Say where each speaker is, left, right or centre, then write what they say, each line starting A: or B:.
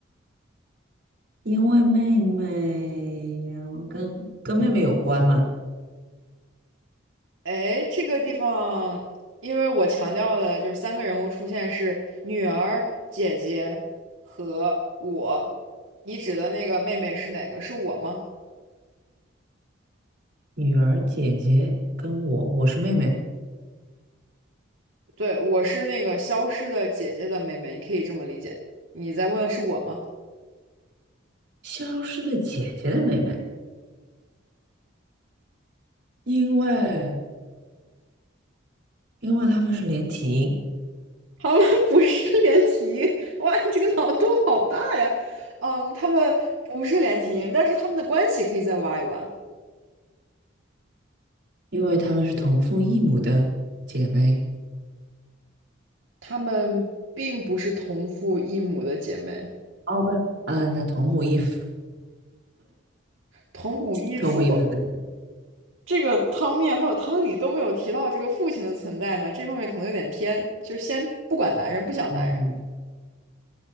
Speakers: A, on the right (about 60°); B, on the right (about 85°).
A: 因为妹妹，然后跟跟妹妹有关嘛，
B: 哎，这个地方，因为我强调的就是三个人物出现是女儿、姐姐和我。你指的那个妹妹是哪个？是我吗？
A: 女儿姐姐跟我，我是妹妹，
B: 对，我是那个消失的姐姐的妹妹，你可以这么理解。你再问是我吗？
A: 消失的姐姐的妹妹，因为因为她们是连体婴，
B: 他们 <laughs> 不是连体婴，哇，你这个脑洞好大呀！嗯，他们不是连体婴，但是他们的关系可以再挖一挖。
A: 因为她们是同父异母的姐妹，
B: 她们并不是同父异母的姐妹，
A: 哦，不是，嗯，那同母异父，
B: 同母异父。
A: 同母异父的，
B: 这个汤面还有汤里都没有提到这个父亲的存在呢，这方面可能有点偏。就是先不管男人，不想男人，
A: 嗯，